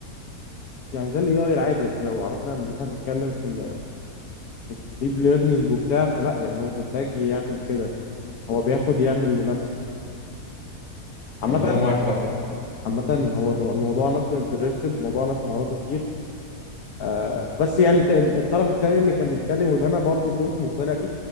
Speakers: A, on the left; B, on the left.
A: يعني ده الاي اي العادي يعني لو عملنا اللي احنا بنتكلم في م- في ديب ليرنينج وبتاع فلا يعني هو مش محتاج يعمل كده هو بياخد يعمل لنفسه
B: والله
A: عامة
B: معاك حق
A: عامة هو المو- الموضوع نفسه انترستد الموضوع نفسه حواراته كتير آه بس يعني الت- الطرف التاني اللي كان بيتكلم وده انا برضو كنت مقتنع بيه